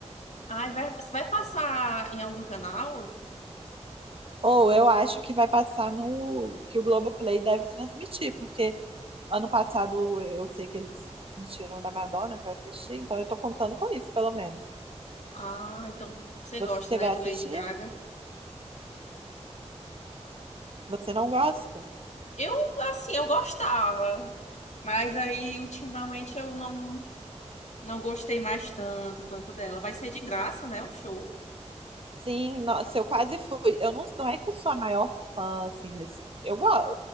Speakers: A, on the left; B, on the right.
A: Ai, vai, você vai passar em algum canal?
B: Ou eu acho que vai passar no que o Globoplay deve transmitir, porque ano passado eu sei que eles transmitiram da Madonna que eu assisti, então eu tô contando com isso, pelo menos.
A: Ah, então você
B: Você
A: gosta, né,
B: vai
A: de
B: assistir?
A: Lady Gaga?
B: Você não gosta?
A: Eu, assim, eu gostava, mas aí ultimamente eu não, não gostei mais tanto, tanto dela. Vai ser de graça, né, o show?
B: Sim, nossa, eu quase fui. Eu não, não é que eu sou a maior fã, assim, mas eu gosto,